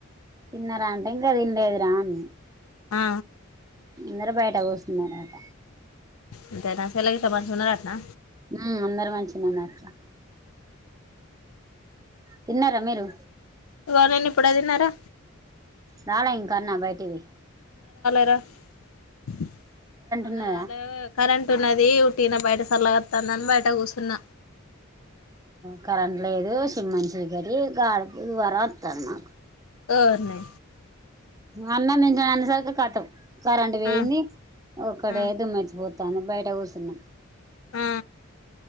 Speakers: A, on the right (about 15°); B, on the left (about 85°).
A: తిన్నారా ఇంకా తినలేదురాన్న
B: ఆ
A: అందరూ బయట కూసున్నరన్నమాట
B: అంటే నా చెల్లె <unintelligible> మంచిగా ఉంటదంటనా
A: హ్మ్ అందరు మంచిగున్నారు అట్లా తిన్నారా మీరు
B: ఇగో నేను ఇప్పుడే తిన్నారా
A: రాలే ఇంకా అన్న బయటికి పోయి
B: <unintelligible> అన్నరాలే
A: ఉన్నదా
B: కరెంట్ ఉన్నది టీన బయట సల్లగోత్తాందని బయట కూసున్న
A: కరెంట్ లేదు సిమ్మ చీకటి గాలి దుబారా వత్తాంది మాకు
B: ఓర్ నీ
A: అన్నం <unintelligible> అనేసరికి కథవ్ కరెంట్ వేయింది
B: ఆ
A: ఒక్కటే
B: ఆ
A: దుమితిపో <unintelligible> బయట కూసున్న
B: ఆ